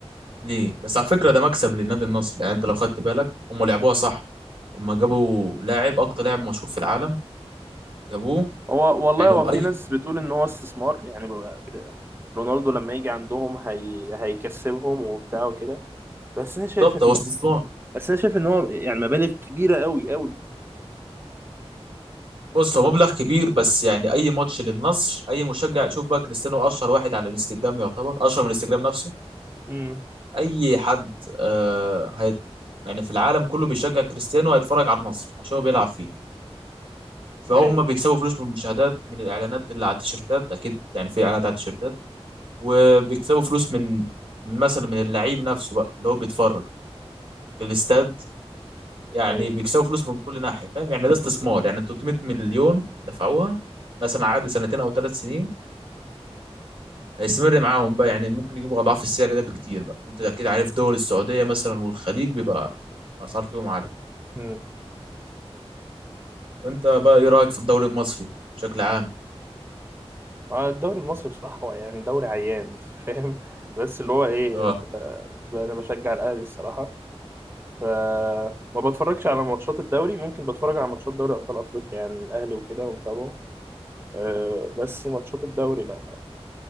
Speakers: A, on the right; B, on the right.
A: ليه بس على فكره ده مكسب للنادي النصر يعني انت لو خدت بالك هم لعبوها صح هم جابوا لاعب اكتر لاعب مشهور في العالم جابوه
B: هو والله
A: يعني
B: هو في
A: اي
B: ناس بتقول ان هو استثمار يعني رونالدو لما يجي عندهم هي... هيكسبهم وبتاع وكده بس انا شايف
A: بالظبط
B: ان
A: هو استثمار
B: بس انا شايف ان هو يعني مبالغ كبيرة قوي قوي
A: بص هو مبلغ كبير بس يعني اي ماتش للنصر اي مشجع شوف بقى كريستيانو اشهر واحد على الانستجرام يعتبر اشهر من الانستجرام نفسه
B: امم
A: اي حد آه هيت يعني في العالم كله بيشجع كريستيانو هيتفرج على النصر عشان هو بيلعب فيه فهم
B: ايوه
A: بيكسبوا فلوس من المشاهدات من الاعلانات اللي على التيشيرتات اكيد يعني في اعلانات على التيشيرتات وبيكسبوا فلوس من من مثلا من اللعيب نفسه بقى اللي هو بيتفرج في الاستاد يعني
B: ايوه
A: بيكسبوا فلوس من كل ناحيه فاهم يعني ده استثمار يعني 300 مليون دفعوها مثلا عقد سنتين او ثلاث سنين هيستمر معاهم بقى يعني ممكن يجيبوا اضعاف السعر ده بكتير بقى انت اكيد عارف دول السعوديه مثلا والخليج بيبقى الاسعار فيهم عاليه
B: امم
A: وانت بقى ايه رايك في الدوري المصري بشكل عام
B: آه، الدوري المصري بصراحة هو يعني دوري عيان <laughs> فاهم بس اللي هو ايه
A: آه.
B: انت انا بشجع الاهلي الصراحة فما بتفرجش على ماتشات الدوري ممكن بتفرج على ماتشات دوري ابطال افريقيا يعني الاهلي وكده ومتابعه أه بس ماتشات الدوري لا